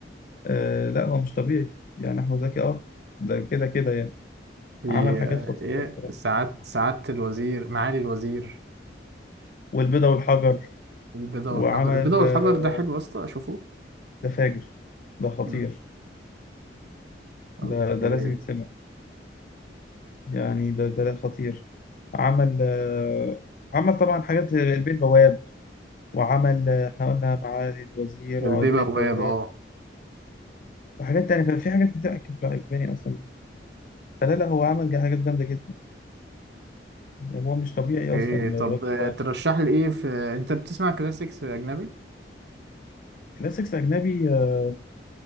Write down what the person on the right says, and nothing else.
ايه
ايه
سعادة سعادة الوزير معالي الوزير
البيضة
والحجر البيضة والحجر
ده حلو يا اسطى اشوفه
مم. اوكي
البيبواب
اه
اوكي طب
آه،
ترشح لي ايه في انت بتسمع كلاسيكس اجنبي